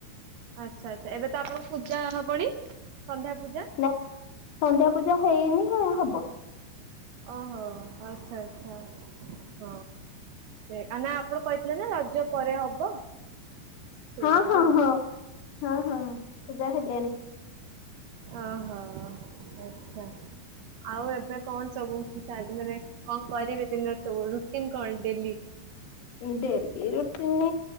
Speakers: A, on the right; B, on the left.
A: ଆଚ୍ଛା ଆଚ୍ଛା ଏବେ ତ ଆପଣଙ୍କ ପୂଜା ହବନି ସନ୍ଧ୍ୟା ପୂଜା
B: ନା ସନ୍ଧ୍ୟା ପୂଜା ହେଇନି ହବ
A: ଓହୋ ଆଚ୍ଛା ଆଚ୍ଛା ହଁ ସେ ନା ଆପଣ କହିଥିଲେ ନା ରଜ ପରେ ହବ ସେଇ
B: ହଁ
A: ଲାଗି
B: ହଁ
A: ଆଉ।
B: ହଁ ହଁ ହଁ ହ ପୂଜା ହେଲେଣି
A: ଅହ ଆଚ୍ଛା ଆଉ ଏବେ କଣ ସବୁ ଚାର ମାନେ କଣ କରିବେ ଦିନ ସବୁ ରୁଟିନ୍ କଣ ଡେଲି?
B: ଡ଼େଲି ରୁଟିିନ୍